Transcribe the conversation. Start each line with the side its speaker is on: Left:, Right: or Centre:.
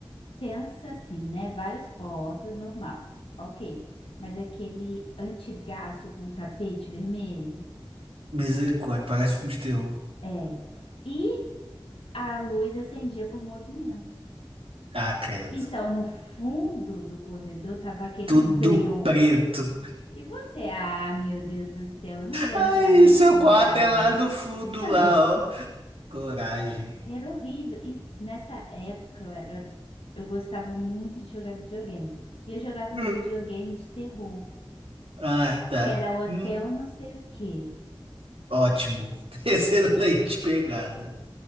Left: pensa assim, né? Várias portas, normal. Ok. Mas aquele antigaço com o tapete vermelho.
Right: Misericórdia, parece filme de terror.
Left: É. E a luz acendia por movimento.
Right: Ah, credo.
Left: Então, no fundo do corredor tava aquele
Right: Tudo
Left: breu.
Right: preto.
Left: E você, ah, meu Deus do céu, eu não vou entrar
Right: Ai,
Left: nesse
Right: seu
Left: lugar,
Right: quarto é
Left: não.
Right: lá no fundo,
Left: <laughs>
Right: lá, ó. Coragem.
Left: Era horrível. E t- nessa época eu era, eu gostava muito de jogar videogame. E eu jogava
Right: Hum.
Left: um videogame de terror,
Right: Ah, tá.
Left: que era hotel
Right: Hum,
Left: não sei o quê.
Right: ótimo. <laughs> Excelente pegada.